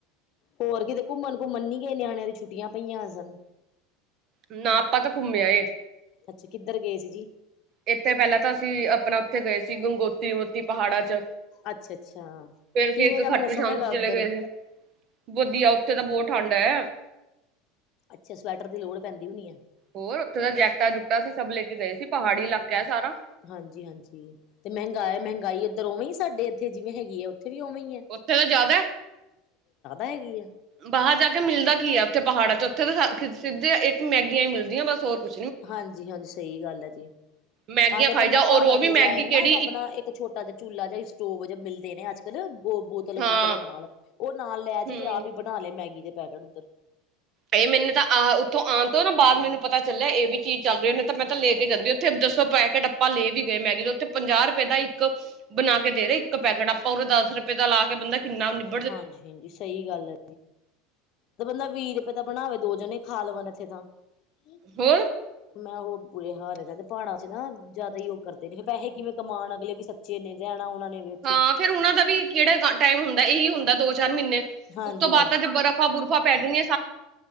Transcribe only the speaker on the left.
ਹੋਰ ਕਿ ਦੇਖੋ ਮਨਗੋ- ਮੰਨੀ ਗੇ ਨਿਆਣਿਆਂ ਦੀ ਛੁੱਟੀਆਂ ਪਈਆ ਸਨ।
ਅੱਛਾ, ਕਿੱਧਰ ਗਏ ਸੀ ਜੀ?
ਅੱਛਾ ਅੱਛਾ
ਕਿਵੇਂ
ਦਾ
ਮੌਸਮ
ਹੈਗਾ
ਉੱਧਰ
ਅੱਛਾ, ਸਵੈਟਰ ਦੀ ਲੋੜ ਪੈਂਦੀ ਹੋਣੀ ਐ?
ਹਾਂਜੀ-ਹਾਂਜੀ, ਤੇ ਮਹਿੰਗਾ
ਮਹਿੰਗਾਈ ਉੱਧਰ ਉਵੇਂ ਹੀ ਸਾਡੇ ਐਥੇ ਜਿਵੇਂ ਹੈਗੀ ਐ ਉੱਥੇ ਵੀ ਉਵੇਂ ਈ ਐ?
ਹੈਗੀ ਆ
ਹਾਂਜੀ-ਹਾਂਜੀ ਸਹੀ ਗੱਲ ਐ ਜੀ,
ਆਹ ਤੇ
ਬੰਦਾ
ਪਾੜਾਂ
ਤੇ
ਜਾਏ
ਨਾ ਤੇ ਆਪਣਾ ਇੱਕ ਛੋਟ ਟਾ ਜਾ, ਚੁੱਲਾ ਜਾ, ਸਟੋਵ ਜਾਂ ਮਿਲਦੇ ਨੇ ਅੱਜ ਕੱਲ੍ਹ ਉਹ ਬੋਤ ਤਲ-ਬੂਤਲ
ਨਾਲ। ਓ ਨਾਲ ਲੈ ਜੇ
ਤੇ ਆਪ ਹੀ ਬਣਾ ਲੇ ਮੈਗੀ ਦੇ ਪੈਕੇਟ ਉੱਧਰ।
ਹਾਂਜੀ-ਹਾਂਜੀ, ਸਹੀ ਗੱਲ ਐ। ਤੇ ਬੰਦਾ ਵੀ ਰਪੇ ਦਾ ਬਣਾਵੇ, ਦੋ ਜਣੇ ਖਾ ਲਵਣ ਐਥੇ ਤਾਂ। <unintelligible>
ਮੈਂ ਓਹ ਬੁਰੇ ਹਾਲ। <unintelligible> ਪਾੜਾਂ ਚ ਨਾ ਜ਼ਿਆਦਾ ਹੀ ਉਹ ਕਰਦੇ ਨੇ ਏਹੇ। ਪੈਹੇ ਕਿਵੇਂ ਕਮਾਣ ਅਗਲੇ ਵੀ ਸਚ ਚੇ ਨੇ। ਰੈਣਾ ਓਨਾਂ ਨੇ ਵੀ ਉੱਥੇ
ਹਾਂਜੀ